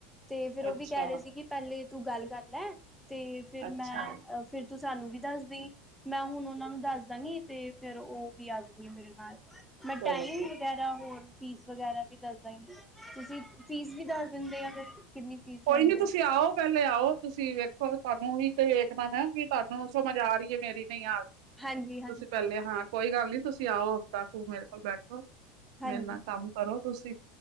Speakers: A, in the centre; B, on the right.
A: ਤੇ ਫੇਰ ਉਹ
B: ਅੱਛਾ
A: ਵੀ ਕਹਿ ਰਹੇ ਸੀ ਕਿ ਪਹਿਲੇ ਤੂੰ, ਗੱਲ ਕਰ ਲੈ, ਤੇ, ਫਿਰ
B: ਅੱਛਾ
A: ਮੈਂ, ਆ ਫਿਰ ਤੂੰ, ਸਾਨੂੰ ਵੀ ਦੱਸਦੀ। ਮੈਂ ਹੁਣ ਓਨਾ ਨੂੰ ਦੱਸ ਦਾਂਗੀ। ਤੇ ਫੇਰ ਉਹ ਵੀ ਆਜੁਗੀ ਮੇਰੇ ਨਾਲ। ਮੈਟਾਈਮਿੰਗ,
B: ਚਲੋ ਚਲੋ
A: ਵਗੈਰਾ ਹੋਰ, ਫੀਸ ਵਗੈਰਾ ਵੀ ਦੱਸਦਾਗੀ, ਤੁਸੀਂ ਫੀਸ ਵੀ ਦੱਸ ਦਿੰਦੇ ਆ ਫਿਰ ਕਿੰਨੀ। ਫੀਸ
B: ਕੋਈ
A: ਲੈਂਦੇ
B: ਨੀ ਤੁਸੀਂ
A: ਹੋ?
B: ਆਓ, ਪਹਿਲੇ ਆਓ ਤੁਸੀਂ ਵੇਖੋ ਤੁਹਾਨੂੰ ਵੀ ਤੇ ਖਨਾ ਵੀ ਤੁਹਾਨੂੰ ਸਮਝ ਆ ਰਹੀ। ਮੇਰੀ ਨਹੀਂ ਆ ਰਹੀ
A: ਹਾਂਜੀ-ਹਾਂਜੀ,
B: ਤੁਸੀਂ, ਪਹਿਲੇ ਹਾਂ ਕੋਈ ਗੱਲ ਨਹੀਂ ਤੁਸੀਂ ਆਓ ਹਫ਼ਤਾ ਕੁ ਮੇਰੇ ਕੋਲ ਬੈਠੋ।
A: ਹਾਂਜੀ,
B: ਮੇਰੇ ਨਾ
A: ਹਾਂਜੀ,
B: ਕੰਮ ਕਰੋ ਤੁਸੀਂ,